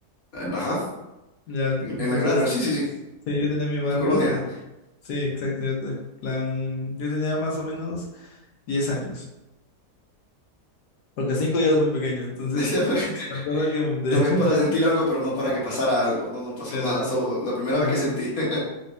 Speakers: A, on the left; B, on the left.
A: ajá,
B: Ya, entonces,
A: en en la Granja, sí,
B: eh,
A: sí, sí,
B: sí, yo tenía mi barrio
A: en tu colonia.
B: de, sí, exacto, yo, te- plan, yo tenía más o menos 10 años, porque 5 ya es muy pequeño, entonces,
A: Decía, <laughs>
B: me acuerdo que, de-
A: Tal vez
B: <laughs>
A: para sentir algo, pero no para
B: ah,
A: que pasara algo. No, no pasó
B: claro,
A: nada, solo la primera
B: ajá,
A: vez que sentí. <laughs>